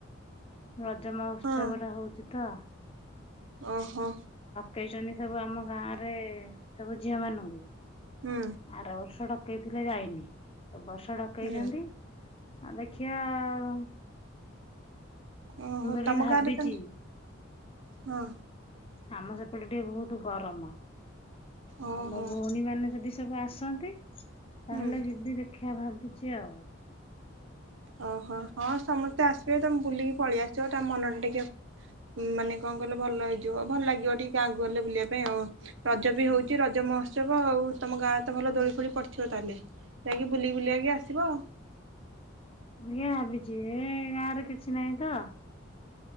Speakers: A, on the left (about 30°); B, on the right (about 70°).
A: ରଜ ମହୋତ୍ସବ
B: ହଁ
A: ଟା ହଉଛି ତ।
B: ଓହୋ।
A: ପେଇଛନ୍ତି ସବୁ ଆମ ଗାଁ ରେ ସବୁ ଝିଅ ମାନଙ୍କୁ
B: ହୁଁ
A: ଆର ବର୍ଷଟା ପକେଇଥିଲେ ଯାଇନି। ଏ ବର୍ଷ ଢକେଇଚନ୍ତି।
B: ହୁଁ
A: ଆ ଦେଖିଆ ଆଉ
B: ଓହୋ
A: <unintelligible>
B: ତମ
A: ଭାବିଚି।
B: ଗାଁରେ ତ ହଁ।
A: ଆମ ସେପଟେ ଟିକେ ବହୁତ ଗରମ।
B: ଓହୋ
A: ଆଉ ମୋ ଭଉଣୀ ମାନେ ଯଦି ସବୁ ଆସନ୍ତି ତାହେଲେ
B: ହୁଁ
A: ଯିବି ଦେଖ ଖିଆ ଭାବିଚି ଆଉ।
B: ଓହୋ ହଁ ସମସ୍ତେ ଆସିବେ ତମେ ବୁଲିକି ପଳେଇ ଆସିବ ତା ମନ ଟା ଟିକେ ମ୍ ମାନେ କଣ କଲେ ଭଲ ହେଇଯିବ ଭଲ ଲାଗିବ ଟିକେ ଗାଁକୁ ଗଲେ ବୁଲିବା ପାଇଁ ଆଉ ରଜ ବି
A: ହୁଁ।
B: ହଉଚି ରଜ ମହଚ ଚବ ଆଉ ତମ ଗାଁ ତ ଭଲ ଦୋଳି ଫୋଳି ପଡିଥିବ ତାହେଲେ ଯାଇକି ବୁଲି ବୁଲି ଆକ ଆସିବ।
A: <unintelligible> ଯିଏ ଗାଁରେ କିଛି ନାହିଁ ତ